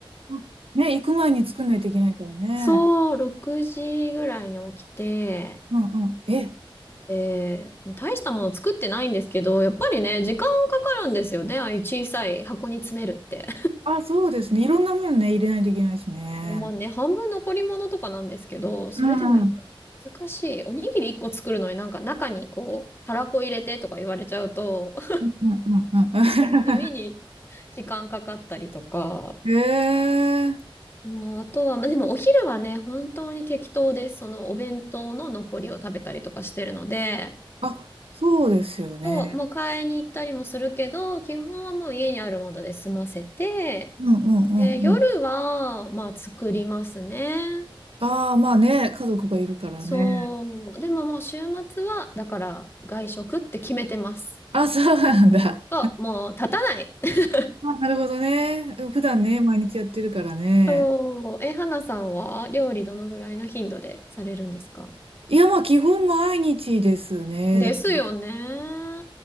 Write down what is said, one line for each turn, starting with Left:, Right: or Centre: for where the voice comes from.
Right: うんね、行く前に作んないといけないからね。
Left: そう、6時ぐらいに起きて、
Right: うんうん。え、
Left: で、大したもの作ってないんですけど、やっぱりね、時間かかるんですよね。ああいう小さい箱に詰めるって。
Right: あ、そうですね。いろんなもんね、入れないといけないしね。
Left: まあね、半分残り物とかなんですけど、それでもやっぱり難しい。
Right: うんうん。
Left: おにぎり1個作るのになんか中にこう、たらこ入れてとか言われちゃうと、<laughs>
Right: うんうんう
Left: 地味に時間かかったりとか。
Right: ん。<laughs> えー、
Left: もうあとは、まあでもお昼はね、本当に適当です。そのお弁当の残りを食べたりとかしてるので、
Right: あ、そうですよね。
Left: そう、もう買いに行ったりもするけど、基本はもう家にあるもので済ませて、
Right: うんうんうんうん。
Left: で、夜は、まあ作りますね。
Right: ああ、まあね、家族がいるからね。
Left: そう。でももう週末は、だから外食って決めてます。
Right: あ、そうなんだ。
Left: あ、もう立たない。<laughs>
Right: あなるほどね。普段ね、毎日やってるからね。
Left: そう。え、花さんは料理どのぐらいの頻度でされるんですか
Right: いや、まあ、基本毎日ですね。
Left: ですよね。
Right: だか